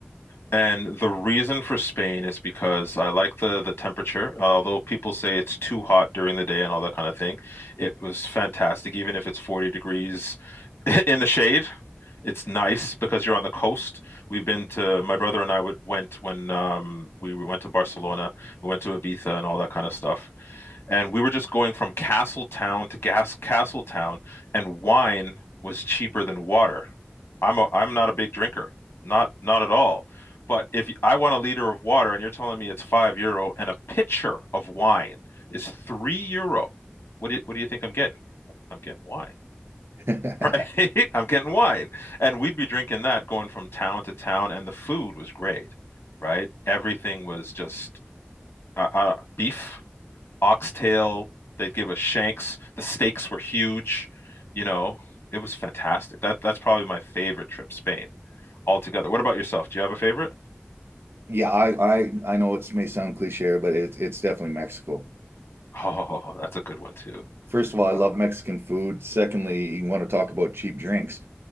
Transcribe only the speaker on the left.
And the reason for Spain is because I like the the temperature. Although people say it's too hot during the day and all that kind of thing, it was fantastic. Even if it's 40 degrees <laughs> in the shade, it's nice because you're on the coast. We've been to my brother and I would, went when um, we went to Barcelona. We went to Ibiza and all that kind of stuff and we were just going from castle town to gas castle town, and wine was cheaper than water. I'm a, I'm not a big drinker, not not at all. But if y- I want a liter of water and you're telling me it's five euro and a pitcher of wine is three euro, what do you, what do you think I'm getting? I'm, I'm getting wine,
<laughs> right? I'm getting wine, and we'd be drinking that going from town to town, and the food was great, right? Everything was just uh, uh, beef oxtail. They'd give us shanks. The steaks were huge. You know, it was fantastic. That that's probably my favorite trip, Spain, altogether. What about yourself? Do you have a favorite? <laughs>
Oh, that's a good one too.
Uh,